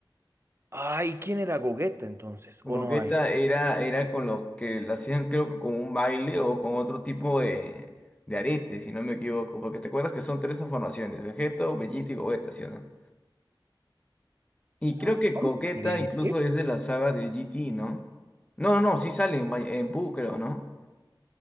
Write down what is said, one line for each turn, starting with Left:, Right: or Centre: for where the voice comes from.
Right: Ay, ¿quién era Gogeta entonces?
Left: Gogeta
Right: ¿O no hay?
Left: era, era con los que la hacían, creo que con un baile o con otro tipo de, de arete, si no me equivoco. Porque te acuerdas que son tres transformaciones: Vegeto, Bellito y Gogeta, ¿sí o no? Y
Right: Ah,
Left: creo que
Right: son
Left: Gogeta
Right: diferentes.
Left: incluso es de la saga de GT, ¿no? No, no, no, sí sale en, May- en Buu, creo, ¿no?